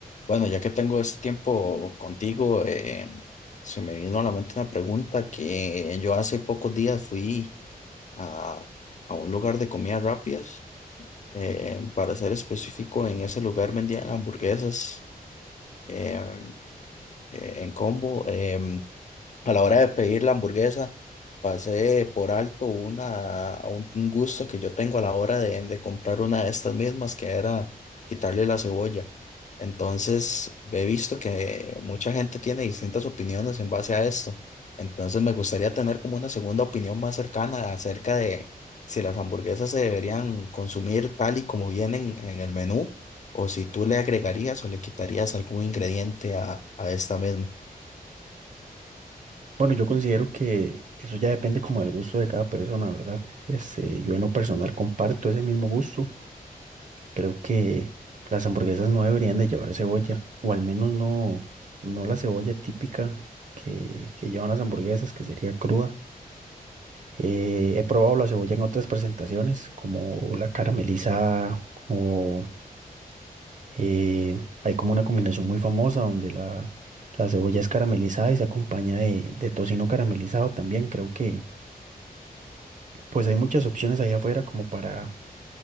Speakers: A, on the left (about 50°); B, on the right (about 55°).
A: Bueno, ya que tengo este tiempo contigo, eh, se me vino a la mente una pregunta que yo hace pocos días fui a, a un lugar de comidas rápidas. eh, para ser específico, en ese lugar vendían hamburguesas eh, eh, en combo. em, a la hora de pedir la hamburguesa, pasé por alto una, un un gusto que yo tengo a la hora de de comprar una de estas mismas, que era quitarle la cebolla. Entonces, he visto que mucha gente tiene distintas opiniones en base a esto. Entonces, me gustaría tener como una segunda opinión más cercana acerca de si las hamburguesas se deberían consumir tal y como vienen en el menú, o si tú le agregarías o le quitarías algún ingrediente a, a esta misma.
B: Bueno, yo considero que eso ya depende como del gusto de cada persona, ¿verdad? Este, yo en lo personal comparto ese mismo gusto. Creo que las hamburguesas no deberían de llevar cebolla, o al menos no, no la cebolla típica que, que llevan las hamburguesas, que sería cruda. Eh, he probado la cebolla en otras presentaciones, como la caramelizada, o eh, hay como una combinación muy famosa donde la, la cebolla es caramelizada y se acompaña de, de tocino caramelizado también. Creo que pues hay muchas opciones allá afuera como para,